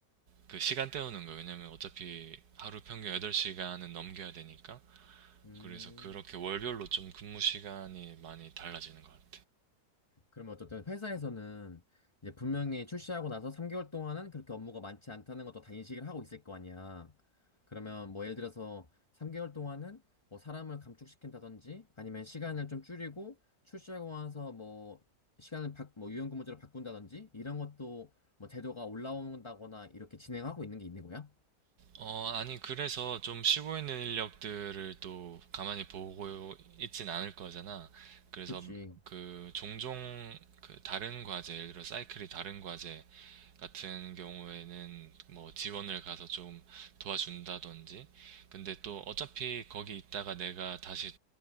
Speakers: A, on the right (about 60°); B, on the left (about 15°).
A: 그 시간 때우는 거예요. 왜냐면 어차피 하루 평균 8시간은 넘겨야 되니까.
B: 음.
A: 그래서 그렇게 월별로 좀 근무 시간이 많이 달라지는 것 같아.
B: 그러면 어쨌든 회사에서는 이제 분명히 출시하고 나서 3개월 동안은 그렇게 업무가 많지 않다는 것도 다 인식을 하고 있을 거 아니야. 그러면 뭐 예를 들어서 3개월 동안은 뭐 사람을 감축시킨다든지 아니면 시간을 좀 줄이고 출시하고 나서 뭐 시간을 바, 뭐 유연근무제로 바꾼다든지 이런 것도 뭐 제도가 올라온다거나 이렇게 진행하고 있는 게 있는 거야?
A: 어, 아니, 그래서 좀 쉬고 있는 인력들을 또 가만히 보고 있진 않을 거잖아. 그래서
B: 그치.
A: 그 종종 그 다른 과제, 예를 들어 사이클이 다른 과제 같은 경우에는 뭐 지원을 가서 좀 도와준다든지. 근데 또 어차피 거기 있다가 내가 다시